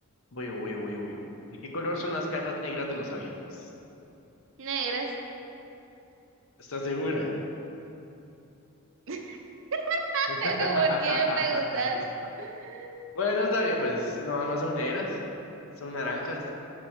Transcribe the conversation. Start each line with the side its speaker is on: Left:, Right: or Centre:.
Left: voy yo, voy yo, voy yo. ¿De qué color son las cajas negras de los aviones?
Right: Negras.
Left: ¿Estás segura?
Right: <laughs>
Left: <laughs>
Right: Pero ¿por qué me preguntas? <laughs>
Left: Bueno, está bien, pues no, no son negras, son naranjas.